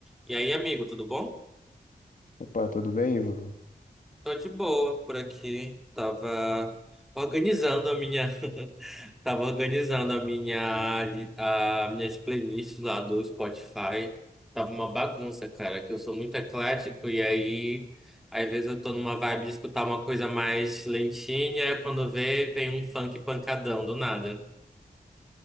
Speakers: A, in the centre; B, on the left.
A: E aí, amigo, tudo bom?
B: Opa, tudo bem, Ivo?
A: Tô de boa por aqui. Tava organizando a minha, <laughs> tava organizando a minha, li- a minhas playlists lá do Spotify. Tava uma bagunça, cara, que eu sou muito eclético e aí às vezes eu tô numa vibe de escutar uma coisa mais lentinha, e quando vê, vem um funk pancadão do nada.